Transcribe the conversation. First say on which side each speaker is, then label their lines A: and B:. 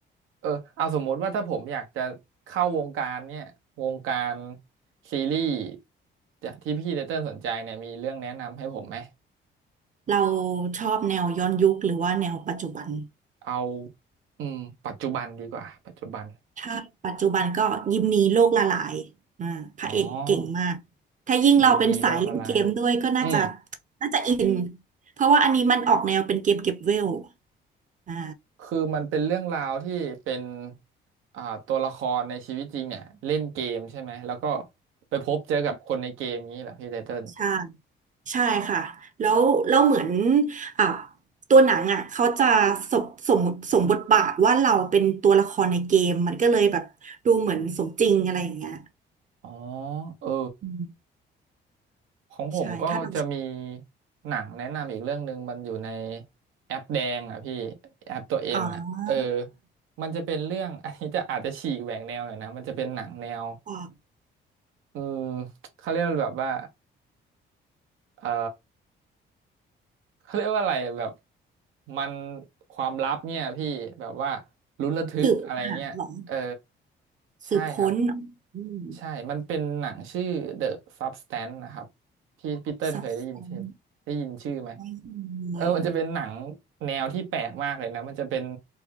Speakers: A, on the right; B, on the right.
A: เออเอาสมมติว่าถ้าผมอยากจะเข้าวงการเนี่ยวงการซีรีส์จากที่พี่ไตเติ้ลสนใจเนี่ยมีเรื่องแนะนำให้ผมไหม
B: เราชอบแนวย้อนยุคหรือว่าแนวปัจจุบัน
A: เอาอืมปัจจุบันดีกว่าปัจจุบัน
B: ถ้าปัจจุบันก็ยิมนีโลกละลายอ่าพระเอกเก่งมาก
A: อ๋อ
B: ถ้ายิ่งเราเป็นสายเล่นเกมด้วยก็น่าจะ
A: ยิมหนีโลกละลายอืม
B: น่าจะอินเพราะว่าอันนี้มันออกแนวเป็นเกมเก็บเวลอ่า
A: คือมันเป็นเรื่องราวที่เป็นอ่าตัวละครในชีวิตจริงเนี่ยเล่นเกมใช่ไหมแล้วก็ไปพบเจอกับคนในเกมนี้เหรอพี่ไตเติ้ล
B: ใช่ใช่ค่ะแล้วแล้วเหมือนอ่ะตัวหนังอ่ะเขาจะสมสมสมบทบาทว่าเราเป็นตัวละครในเกมมันก็เลยแบบดูเหมือนสมจริงอะไรอย่างเงี้ย
A: อ๋อเออ
B: อืม
A: ของผมก็จะมี
B: ใช่ถ้าเรา
A: หนังแนะนำอีกเรื่องหนึ่งมันอยู่ในแอปแดงอ่ะพี่แอปตัวเอ็นอ่ะเออ
B: อ๋อ
A: มันจะเป็นเรื่อง <laughs> อันนี้จะอาจจะฉีกแหวกแนวหน่อยนะมันจะเป็นหนังแนว
B: อ่ะ
A: อืมเขาเรียกว่าแบบว่าเอ่อ เขาเรียกว่าอะไรแบบมันความลับเนี่ยพี่แบบว่าลุ้นระทึกอะไรเงี้ยเออ
B: สืบหาหรอ
A: ใช่ครับ
B: สืบค้นอืม
A: ใช่มันเป็นหนังชื่อ The Substance นะครับพี่พีเติ้ลเคยได้ยินชื่อได้ยินชื่อไหม
B: สับแสงไม่ม
A: เออมันจะเป็นหนัง
B: ี
A: แนวที่แปลกมากเลยนะมันจะเป็น